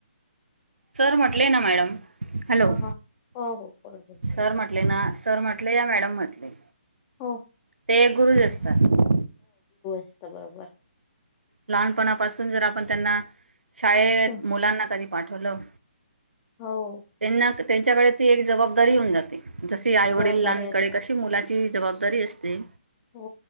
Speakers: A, on the right (about 75°); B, on the left (about 15°).
A: सर म्हटले ना मॅडम हॅलो
B: हा हा हो हो बरोबर
A: सर म्हटले ना सर म्हटले या मॅडम म्हटले
B: हो.
A: ते गुरुज असतात.
B: त बरोबर
A: लहानपणापासून जर आपण त्यांना शाळेत
B: हं.
A: मुलांना कधी पाठवलं.
B: हो.
A: त्यांना त्यांच्याकडे ती एक जवाबदारी होऊन जाते. जसे आई वडिलांकडे
B: जबाबदारी असते
A: कशी मुलाची जवाब दारी असते.
B: हो